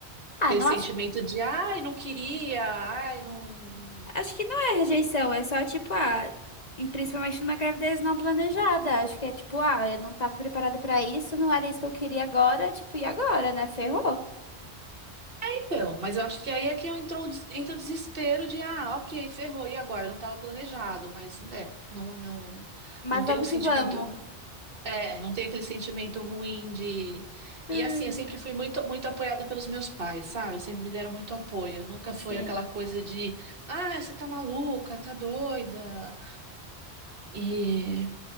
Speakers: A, on the left; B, on the right.
A: Ah,
B: Aquele
A: não
B: sentimento
A: acho
B: de, ai, não queria, ai, não.
A: Acho que não é rejeição, é só tipo, ah, em- principalmente numa gravidez não planejada. Acho que é tipo, ah, eu não tava preparada pra isso, não era isso que eu queria agora, tipo, e agora, né? Ferrou.
B: Então, mas eu acho que aí é que eu entrou, o des- entra o desespero de, ah, ok, ferrou, e agora? Não estava planejado, mas, é, não, não,
A: Mas
B: não tem
A: vamos
B: o sentimento,
A: que vamos.
B: é, não tem aquele sentimento ruim de...
A: Hum.
B: E assim, eu sempre fui muito, muito apoiada pelos meus pais, sabe? Sempre me deram muito apoio, nunca
A: Sim.
B: foi aquela coisa de, ah, você tá maluca, tá doida, E